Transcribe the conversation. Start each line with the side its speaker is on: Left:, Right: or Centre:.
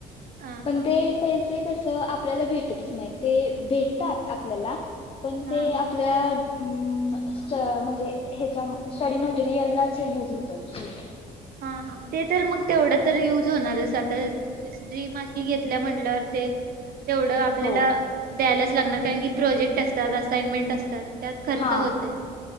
Right: हा
Left: पण
Right: हा
Left: ते
Right: हा
Left: पैसे कसं आप आपल्याला भेटतच नाहीत, ते भेटतात आपल्याला पण
Right: हा
Left: ते आपल्या अ स म्हणजे ह्याच्या स्टडी मटेरियललाच युज होतात पैसे.
Right: हां हां. ते तर मग तेवढं तर युज होणारच आता थ्री मासी घेतल्या म्हटल्यावर ते तेवढं आपल्याला
Left: हो
Right: द्यायलाचं लागणार कारण की प्रोजेक्ट अस त्यात असायमेंट असतात त्यात खर्च
Left: हा
Right: होतय.